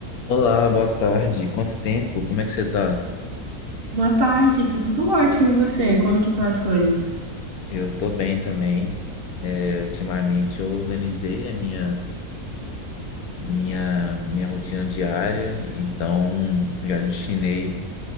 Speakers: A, on the left (about 75°); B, on the right (about 40°).
A: Olá, boa tarde. Quanto tempo? Como é que você tá?
B: Boa tarde, tá tudo ótimo. E você? Como que estão as coisas?
A: Eu tô bem também. É, ultimamente eu organizei a minha, minha, minha rotina diária, então já destinei